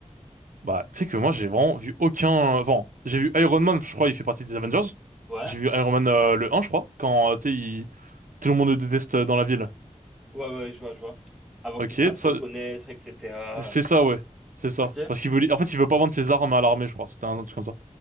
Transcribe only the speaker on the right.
Bah, tu sais que moi, j'ai vraiment vu aucun... Enfin, j'ai vu Iron Man, je crois, il fait partie des Avengers.
J'ai vu Iron Man euh, le 1, je crois, quand, euh, tu sais, il- tout le monde le déteste euh, dans la ville.
Ok,
ça...
c'est ça, ouais. C'est ça.
Parce qu'il veut... li- En fait, il veut pas vendre ses armes à l'armée, je crois. C'était un truc comme ça.